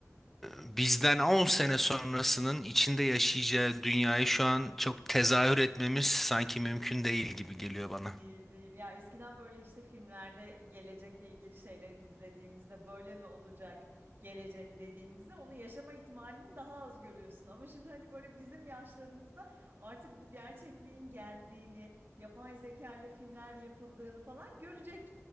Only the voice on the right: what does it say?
Değil değil. Ya eskiden böyle işte filmlerde gelecekle ilgili şeyler izlediğimizde böyle mi olacak gelecek dediğimizde onu yaşama ihtimalini daha az görüyorsun. Ama şimdi hani böyle bizim yaşlarımızda artık bu gerçekliğin geldiğini, yapay zeka ile filmler yapıldığını falan görecek